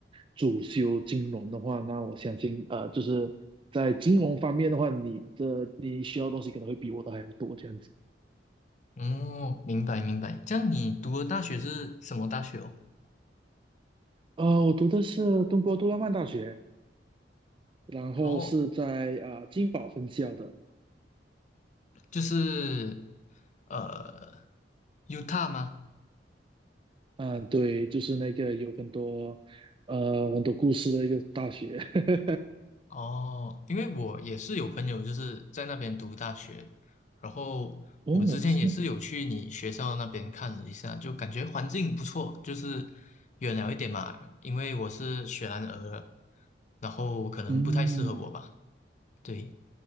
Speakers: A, on the right (about 30°); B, on the left (about 45°).
A: 主修金融的话，那我相信呃就是在金融方面的话，你的你需要的东西可能会比我的还要多这样子。
B: 哦，明白明白。这样你读的大学是什么大学哦？
A: 呃，我读的是中国杜拉曼大学，然后是在啊、
B: 哦，
A: 呃、金宝分校的。
B: 就是呃 u t a 吗？
A: 嗯，对，就是那个有很多呃很多故事的一个大学。<laughs>
B: 哦，因为我也是有朋友就是在那边读大学，然后我之前也是有去你学校那边看了一下，
A: 哦，是吗？
B: 就感觉环境不错，就是远了一点嘛，因为我是雪兰莪的然后可能不太适合我吧。
A: 嗯，
B: 对，